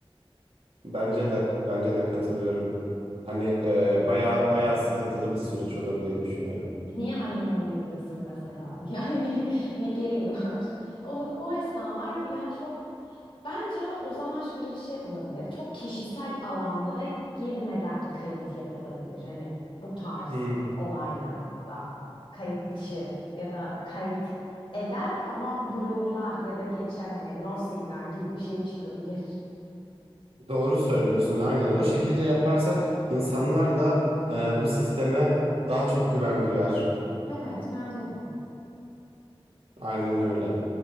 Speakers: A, on the right (about 80°); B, on the left (about 65°).
A: Bence de. Bence de katılıyorum. Hani e, bayağı bayağı sıkıntılı bir süreç olur diye düşünüyorum.
B: Niye annem onu izlesin mesela? <laughs> Yani ne gereği var? O, o esnalar ya çok bence o zaman şöyle bir şey yapılabilir. Çok kişisel alanlara girmeden kayıt yapılabilir. Hani bu tarz
A: Hmm.
B: olaylarda kayıt dışı ya da kayıt eder ama blurlar ya da geçer hani no signal gibi bir şey çıkabilir.
A: Doğru söylüyorsun aynen. O şekilde yaparsak insanlar da e, bu sisteme daha çok güven duyar.
B: Evet bence de.
A: Aynen öyle.